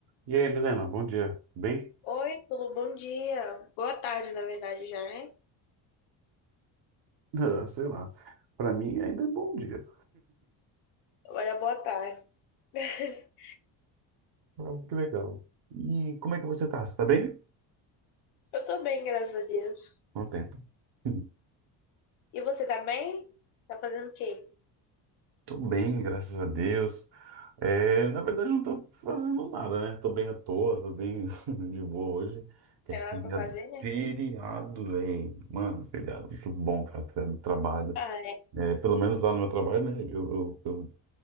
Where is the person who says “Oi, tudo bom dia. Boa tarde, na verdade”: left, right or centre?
Left